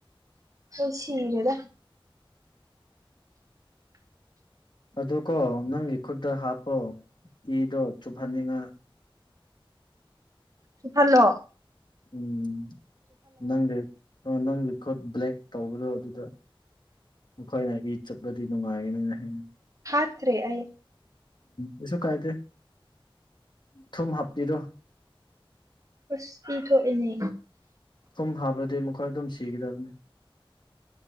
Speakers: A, on the right (about 35°); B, on the left (about 55°).
A: ꯑ ꯁꯤꯒꯗ
B: ꯑꯗꯨꯀꯣ ꯅꯪꯒꯤ ꯈꯨꯠꯇ ꯍꯥꯞꯄꯣ ꯏꯗꯣ ꯆꯨꯞꯍꯟꯅꯤꯡꯉ
A: ꯁꯤ ꯐꯜꯂꯣ
B: ꯎꯝ ꯅꯪꯒꯦ ꯑ ꯅꯪ ꯈꯨꯠ ꯈꯨꯠ ꯕ꯭ꯂꯦꯛ ꯇꯧꯕꯗꯣ ꯑꯗꯨꯗ ꯃꯈꯣꯏꯅ ꯏ ꯆꯠꯄꯗꯤ ꯅꯨꯡꯉꯥꯏꯒꯅꯤꯅ ꯍꯌꯦꯟꯅ
A: ꯈꯇ꯭ꯔꯦ ꯑꯩ
B: ꯀꯩꯁꯨ ꯀꯥꯏꯗꯦ ꯊꯨꯝ ꯍꯥꯞꯄꯤꯔꯣ
A: ꯑꯁ ꯄꯤ ꯊꯣꯛꯏꯅꯦ
B: ꯊꯨꯝ ꯍꯥꯞꯂꯗꯤ ꯃꯈꯣꯏ ꯑꯗꯨꯝ ꯁꯤꯒꯗꯕꯅꯤ